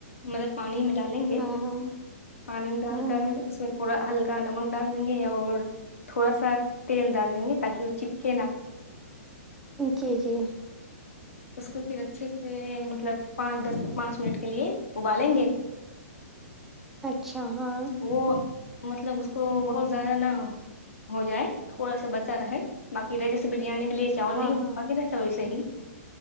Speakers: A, on the left; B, in the centre.
A: مطلب پانی میں ڈالیں گے
B: ہاں ہاں
A: پانی ڈال
B: ہوں
A: کر
B: ہوں
A: اس میں تھ تھڑا ہلکا نمک ڈال دیں گے اور تھوڑا سا تیل ڈال دیں گے تاکہ وہ چپکے نا
B: جی جی
A: اس کو پھر اچھے سے مطلب پانچ دس پانچ منٹ کے لیے ابالیں گے
B: اچھا ہاں
A: وہ مطلب اس کو بہت زیادہ نہ ہو جائے تھوڑا سا بچا رہے باقی رہے جیسے بریانی کے لیے کیا
B: ہاں
A: نہیں
B: ہاں
A: باق رہتا ویسے ہی